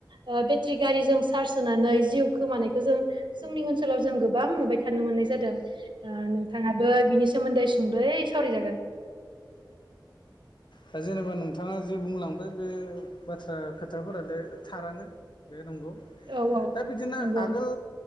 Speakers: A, on the right; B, on the left.
A: ओ बेटारि गारिजों चार्ज होनानै जिउ खोमानायखौ जों जोंनि ओनसोलाव जों गोबां नुबाय थानो मोननाय जादों। दों ओ नोंथाङाबो बिनि सोमोन्दै सुंद'यै सावराय जागोन।
B: दा जेनेबा नोंथाङा जे बुंलांबाय बे बाथ्रा खोथाफोरालाय थारानो बे नंगौ
A: औ औ
B: दा बिदिनो
A: नंगौ।
B: आगोल